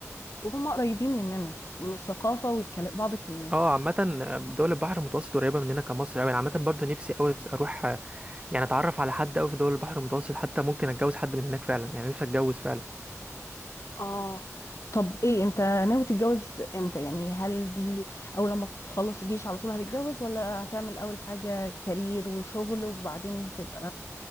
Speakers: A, on the left; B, on the right.
A: وهم قريبين مننا من الثقافه وبعض الكلمات
B: اه عامة دول البحر المتوسط قريبة مننا كمصر اوي انا عامة برضو نفسي اوي اروح آه، يعني اتعرف على حد اوي في دول البحر المتوسط حتى ممكن اتجوز حد من هناك فعلا يعني نفسي اتجوز فعلا
A: اه طب ايه انت ناوي تتجوز امتى يعني هل دي اول لما تخلص الجيش على طول هتتجوز ولا هتعمل اول حاجة كارير وشغل وبعدين تبقى